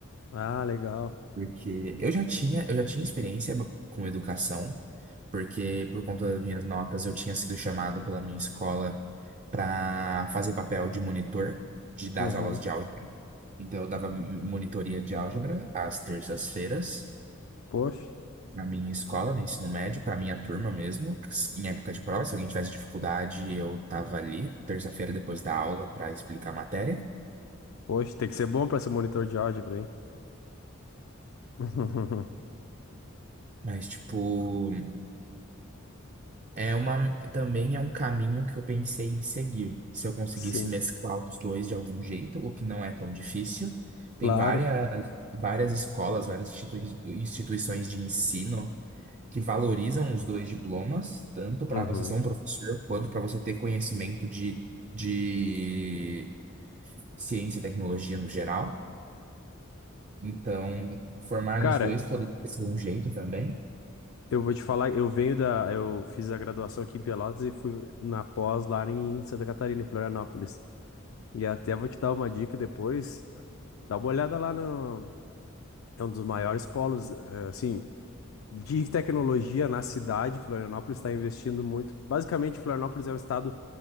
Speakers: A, on the left; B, on the right.
A: Ah, legal.
B: Porque eu já tinha, eu já tinha experiência com educação, porque por conta das minhas notas eu tinha sido chamado pela minha escola para fazer papel de monitor de, das
A: Uhum.
B: aulas de álgebra. Então eu dava monitoria de álgebra às terças-feiras.
A: Poxa,
B: na minha escola, no ensino médio, para minha turma mesmo, que s- em época de prova, se alguém tivesse dificuldade, eu tava ali, terça-feira depois da aula, para explicar a matéria.
A: poxa, tem que ser bom pra ser monitor de álgebra, hein? <laughs>
B: Mas, tipo, é uma, também é um caminho que eu pensei em seguir. Se eu conseguisse
A: Sim,
B: mesclar os dois de algum jeito, o que não é tão difícil.
A: claro.
B: Tem várias, várias escolas, várias institui- instituições de ensino que valorizam os dois diplomas, tanto
A: Uhum.
B: para você ser um professor, quanto para você ter conhecimento de de ciência e tecnologia no geral. Então, formar
A: Cara,
B: nos dois pode ser um jeito também.
A: eu vou te falar, eu venho da, eu fiz a graduação aqui em Pelotas e fui na pós lá em Santa Catarina, em Florianópolis. E até vou te dar uma dica depois. Dá uma olhada lá no. É um dos maiores polos, eh, assim, de tecnologia na cidade. Florianópolis está investindo muito. Basicamente, Florianópolis é um estado